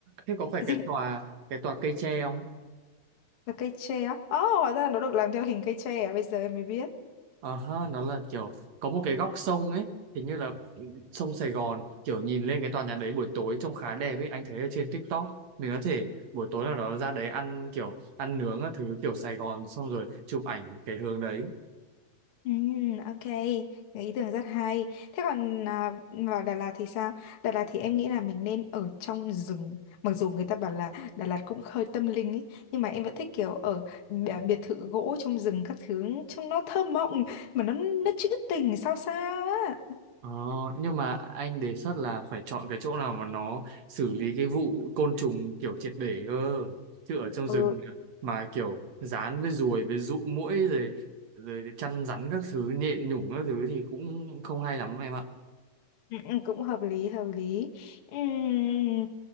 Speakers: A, on the right; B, on the left.
A: thế có phải cái
B: Dinh
A: tòa cái tòa cây tre không?
B: là cây tre á. Ồ, oh, hóa ra là nó được làm theo hình cây tre à, bây giờ em mới biết.
A: Ờ ha, nó là kiểu có một cái góc sông ấy, hình như là sông Sài Gòn, kiểu nhìn lên cái tòa nhà đấy buổi tối trông khá đẹp ấy, anh thấy ở trên TikTok. Mình có thể buổi tối nào đó ra đấy ăn kiểu ăn nướng các thứ kiểu Sài Gòn xong rồi chụp ảnh cái hướng đấy.
B: Ừ, ok, cái ý tưởng rất hay. Thế còn à, vào Đà Lạt thì sao? Đà Lạt thì em nghĩ là mình nên ở trong rừng. Mặc dù người ta bảo là Đà Lạt cũng hơi tâm linh ấy, nhưng mà em vẫn thích kiểu ở bi- biệt thự gỗ trong rừng các thứ trông nó thơ mộng mà nó nó trữ tình sao sao á.
A: Ờ, nhưng mà anh đề xuất là phải chọn cái chỗ nào mà nó xử lý cái vụ côn trùng kiểu triệt để cơ chứ ở trong
B: Ừ,
A: rừng mà kiểu dán với ruồi với dụ muỗi rồi rồi chăn rắn các thứ nhện nhủng các thứ thì cũng không hay lắm em ạ
B: ừ, ừ, cũng hợp lý hợp lý Ừm,